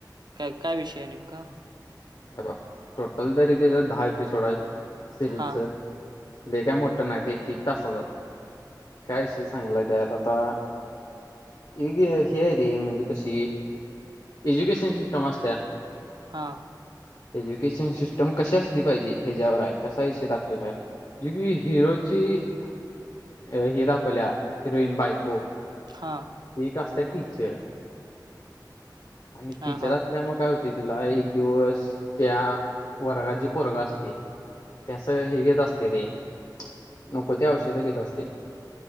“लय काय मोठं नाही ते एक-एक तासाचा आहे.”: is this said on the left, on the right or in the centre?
Left